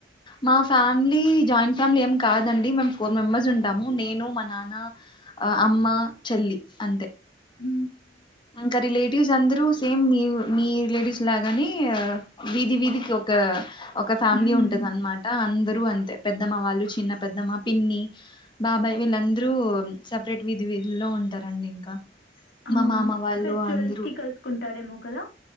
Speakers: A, on the left (about 25°); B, on the left (about 80°).
A: మా ఫ్యామిలీ జాయింట్ ఫ్యామిలీ ఏం. కాదండి మేము ఫోర్ మెంబర్స్ ఉంటాము నేను మా నాన్న అమ్మ చెల్లి అంతే.
B: ఉ.
A: ఇంకా రిలేటివ్స్ అందరుూ సేమ్ మీ మీ రిలేటివ్స్ లాగాని వీధి వీధికి ఒక. ఒక ఫ్యామిలీ
B: హ్మ్.
A: ఉంటది అనమాట అందు అంతే పెద్దమ్మ వాళ్ళు చిన్న పెద్దమ్మ పిన్ని బాబాయ్ వీళ్ళందరూ సపరేట్ వీధి విధులో ఉంటారండి ఇంకా.
B: అవును.
A: మా మామ వాళ్ళు
B: ఫెస్టివల్స్
A: అందరూ
B: కి కలుసుకుంటారేమో కదా.